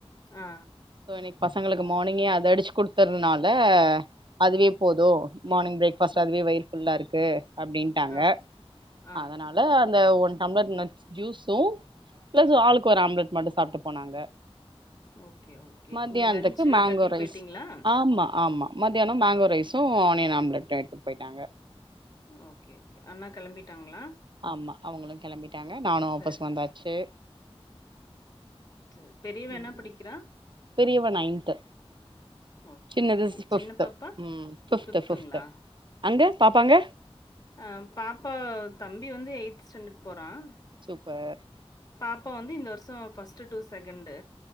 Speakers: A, on the left; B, on the right.
A: ஆ
B: சோ இன்னிக்கு பசங்களுக்கு மார்னிங்கே அத அடிச் குடுத்தர்னால அதுவே போது மார்னிங் பிரேக் ஃபாஸ்ட்
A: அ,
B: அதுவே வயிர் ஃபுல்லாருக்கு அப்டின்ட்டாங்க
A: ஆ, ஆ.
B: அதனால அந்த ஒன் டம்ளர் நட்ஸ் ஜூஸும் ப்ளஸ் ஆளுக்கு ஒரு ஆம்லெட் மட்டு சாப்ட்டு போனாங்க
A: ஓகே, ஓகே.
B: மத்யானத்துக்கு
A: லஞ்ச்சு
B: மேங்கோ
A: கட்டிட்டு
B: ரைஸ்
A: போயிட்டீங்களா?
B: ஆமா ஆமா மத்யானோ மேங்கோ ரைஸும் ஆனியன் ஆம்லெட்டோ எட்த்துட் போய்ட்டாங்க
A: ஓக்கே ஓக்கே அண்ணா கெளம்பிட்டாங்ளா
B: ஆமா அவுங்களு கெளம்பிட்டாங்க நானு
A: சரிங்க.
B: ஆபிஸ் வந்தாச்சு
A: டு பெரியவ
B: ம்
A: என்ன படிக்கிறா
B: பெரியவ நைன்த்து
A: ஓகே,
B: சின்னது
A: ஓகே.
B: சி ஃபிஃவ்த்து
A: சின்ன பாப்பா?
B: ஃபிஃவ்த்து
A: ஃபிஃப்த்துங்களா?
B: ஃபிஃவ்த்து அங்க பாப்பாங்க
A: அ பாப்பா தம்பி வந்து எய்ட்த் ஸ்டாண்டட் போறான்
B: சூப்பர்
A: பாப்பா வந்து இந்த வர்ஷோ first to second